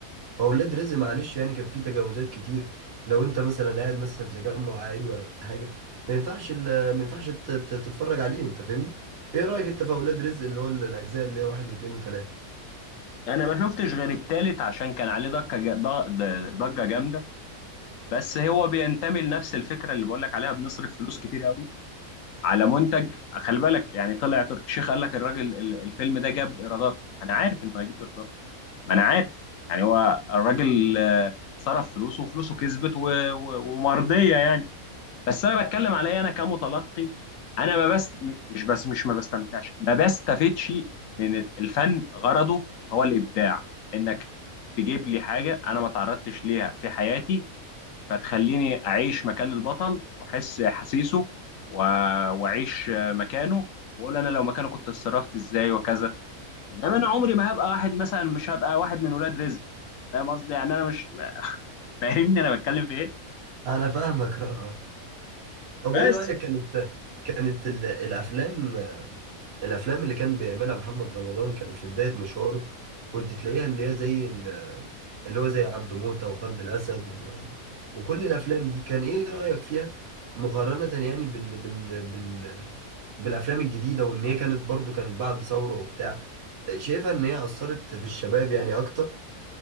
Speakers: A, on the right; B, on the left.
A: واولاد رزق معلش يعني كان في تجاوزات كتير لو انت مثلا قاعد مثلا في تجمع عائلي ولا حاجه ما ينفعش ال- ما ينفعش تت- تتفرج عليه انت فاهمني ايه رايك انت في اولاد رزق اللي هو ال- الاجزاء اللي هي واحد واثنين وثلاثه
B: انا ما شفتش غير التالت عشان كان عليه ضجه جا- ض- ضجه جامده بس هو بينتمي لنفس الفكره اللي بقول لك عليها بنصرف فلوس كتير قوي على منتج خلي بالك يعني طلع تركي الشيخ قال لك الراجل ال- الفيلم ده جاب ايرادات ما انا عارف انه هيجيب ايرادات ما انا عارف يعني هو الراجل آه، صرف فلوسه وفلوسه كسبت و- و- ومرضيه يعني بس انا بتكلم عليا انا كمتلقي انا ما بست م- مش بس مش ما بستمتعش ما بستفدش من الفن غرضه هو الابداع انك تجيب لي حاجه انا ما تعرضتش ليها في حياتي فتخليني اعيش مكان البطل واحس احاسيسه و- واعيش مكانه واقول انا لو مكانه كنت اتصرفت ازاي وكذا انما انا عمري ما هبقى واحد مثلا مش هبقى واحد من ولاد رزق فاهم قصدي يعني انا مش <laughs> فاهمني انا بتكلم في ايه
A: انا فاهمك <laughs> اه آه. طب
B: بس
A: ايه رايك كانت كانت ال- الافلام الافلام اللي كان بيعملها محمد رمضان كان في بداية مشواره كنت تلاقيها اللي هي زي ال- اللي هو زي عبده موتة وقلب الاسد و... وكل الافلام دي كان ايه رأيك فيها مقارنة يعني بال... بال... بال... بالافلام الجديدة وان هي كانت برضو كانت بعد ثورة وبتاع شايفها ان هي اثرت في الشباب يعني اكتر